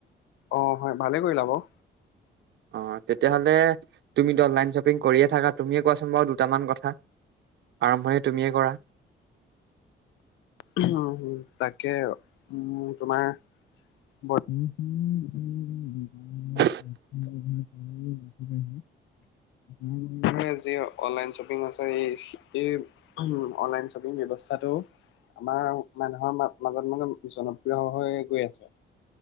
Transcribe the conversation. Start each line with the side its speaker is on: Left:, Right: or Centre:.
Left: অ'হয় ভালে কৰিলা বাৰু।
Right: অ' তেতিয়াহ'লে তুমিতো অনলাইন শ্বপিং কৰিয়ে থাকা, তুমিয়ে কোৱাচোন বাৰু দুটামান কথা? আৰম্ভণি তুমিয়ে কৰা।
Left: <unintelligible> তাকে মোৰ তোমাৰ <unintelligible>
Right: <inaudible>
Left: <inaudible> <inaudible> এ যি অনলাইন শ্বপিং আছে এই সে এই <unintelligible> অনলাইন শ্বপিং ব্যৱস্থাটো আমাৰ মানুহৰ মাজত মানে জনপ্ৰিয় হৈ গৈ আছে।